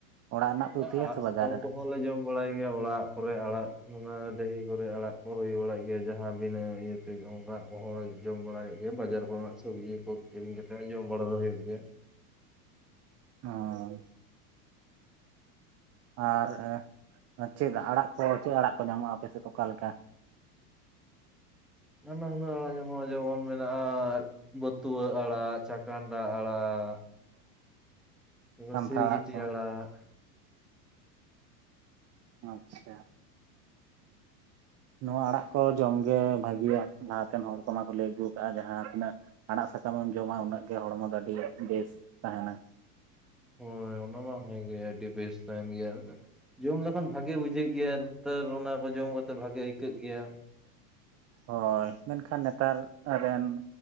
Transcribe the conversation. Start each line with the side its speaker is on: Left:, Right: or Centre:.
Right: ᱚᱲᱟᱜ ᱨᱮᱱᱟᱜ ᱯᱮ
Centre: ᱟᱲᱟᱜ
Right: ᱩᱛᱩᱭᱟ ᱥᱮ
Centre: ᱥᱟᱠᱟᱢ
Right: ᱵᱟᱡᱟᱨ ᱨᱮᱱᱟᱜ
Centre: ᱠᱚᱦᱚᱸ ᱞᱮ ᱡᱚᱢ ᱵᱟᱲᱟᱭ ᱜᱮᱭᱟ ᱚᱲᱟᱜ ᱠᱚᱨᱮ ᱟᱲᱟᱜ ᱚᱱᱟ ᱰᱟᱺᱦᱤ ᱠᱚᱨᱮ ᱟᱲᱟᱜ ᱠᱚ ᱦᱩᱭ ᱵᱟᱲᱟᱜ ᱜᱮᱭᱟ ᱡᱟᱦᱟᱸ ᱵᱤᱱᱟᱹ ᱤᱭᱟᱹ ᱚᱱᱠᱟ ᱠᱚᱦᱚᱸ ᱡᱚᱢ ᱵᱟᱲᱟᱭ ᱦᱩᱭᱩᱜ ᱜᱮᱭᱟ ᱵᱟᱡᱟᱨ ᱠᱚᱨᱮᱱᱟᱜ ᱥᱚᱵᱽᱡᱤ ᱠᱚ ᱠᱤᱨᱤᱧ ᱠᱟᱛᱮᱫ ᱡᱚᱢ ᱵᱟᱲᱟ ᱫᱚ ᱦᱩᱭᱩᱜ ᱜᱮᱭᱟ
Right: ᱟᱸᱭ ᱟᱨ ᱪᱮᱫ ᱟᱲᱟᱜ ᱠᱚ ᱪᱮᱫ ᱟᱲᱟᱜ ᱠᱚ ᱧᱟᱢᱚᱜᱼᱟ ᱟᱯᱮ ᱥᱮᱫ ᱚᱠᱟ ᱞᱮᱠᱟ?
Centre: ᱱᱟᱱᱟ ᱦᱩᱱᱟᱹᱨ ᱡᱮᱢᱚᱱ ᱢᱮᱱᱟᱜᱼᱟ ᱵᱟᱹᱛᱩᱣᱟᱹᱜ ᱟᱲᱟᱜ ᱪᱟ, ᱠᱟᱱᱰᱟ ᱟᱲᱟᱜ ᱚᱱᱮ
Right: ᱠᱟᱱᱛᱷᱟ
Centre: ᱥᱤᱨᱜᱤᱴᱤ
Right: ᱟᱲᱟᱜ ᱠᱚ
Centre: ᱟᱲᱟᱜ
Right: ᱟᱪᱪᱷᱟ ᱱᱚᱣᱟ ᱟᱲᱟᱜ ᱠᱚ ᱡᱚᱢᱜᱮ ᱵᱷᱟᱜᱤᱭᱟ ᱞᱟᱦᱟᱛᱮᱱ ᱦᱚᱲ ᱠᱚ ᱢᱟᱠᱚ ᱞᱟᱹᱭ ᱟᱹᱜᱩ ᱠᱟᱜᱼᱟ ᱡᱟᱦᱟᱸ ᱛᱤᱱᱟᱹᱜ ᱟᱲᱟᱜ ᱥᱟᱠᱟᱢᱮᱢ ᱡᱚᱢᱟ ᱩᱱᱟᱹᱜ ᱜᱮ ᱦᱚᱲᱢᱚ ᱫᱚ ᱟᱹᱰᱤ ᱵᱮᱥ ᱛᱟᱦᱮᱱᱟ
Centre: ᱦᱳᱭ ᱚᱱᱟ ᱢᱟ ᱦᱮᱸᱜᱮ ᱟᱹᱰᱤ ᱵᱮᱥ ᱛᱟᱦᱮᱱ ᱜᱮᱭᱟ ᱡᱚᱢ ᱞᱮᱠᱷᱟᱱ ᱵᱷᱟᱜᱮ ᱵᱩᱡᱷᱟᱹᱜ ᱜᱮᱭᱟ ᱤᱛᱟᱹᱨ ᱚᱱᱟ ᱠᱚ ᱡᱚᱢ ᱠᱟᱛᱮᱫ ᱵᱷᱟᱜᱮ ᱟᱹᱭᱠᱟᱹᱜ ᱜᱮᱭᱟ
Right: ᱦᱳᱭ ᱢᱮᱱᱠᱷᱟᱱ ᱱᱮᱛᱟᱨ ᱨᱮᱱ